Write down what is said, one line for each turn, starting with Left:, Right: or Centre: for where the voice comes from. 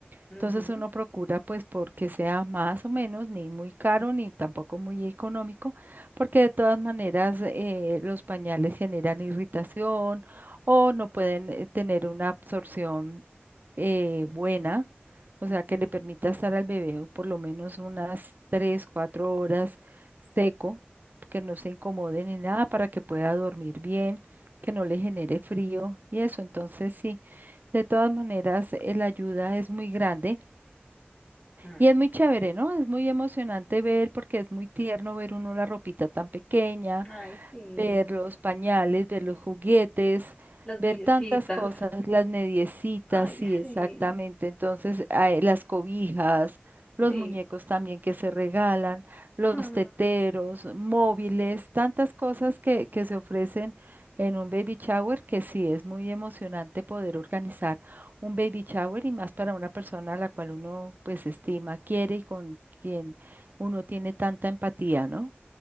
Left: Ujú,
Right: Entonces uno procura pues porque sea más o menos ni muy caro ni tampoco muy económico, porque de todas maneras eh, los pañales generan irritación o no pueden eh, tener una absorción eh, buena, o sea que le permita estar al bebé por lo menos unas 3 4 horas seco, que no se incomode ni nada para que pueda dormir bien, que no le genere frío y eso. Entonces sí, de todas maneras eh, la ayuda es muy grande.
Left: mm.
Right: Y es muy chévere, ¿no? Es muy emocionante ver porque es muy tierno ver uno la ropita tan pequeña
Left: Ay, sí.
Right: ver los pañales, ver los juguetes,
Left: Las
Right: ver
Left: mediecitas.
Right: tantas cosas, las mediecitas,
Left: Ay,
Right: sí, exactamente.
Left: sí,
Right: Entonces, hay las cobijas, los
Left: sí.
Right: muñecos también que se regalan, los
Left: Mm,
Right: teteros, móviles, tantas cosas que, que se ofrecen en un baby shower que sí es muy emocionante poder organizar un baby shower y más para una persona a la cual uno pues estima, quiere y con quien uno tiene tanta empatía, ¿no?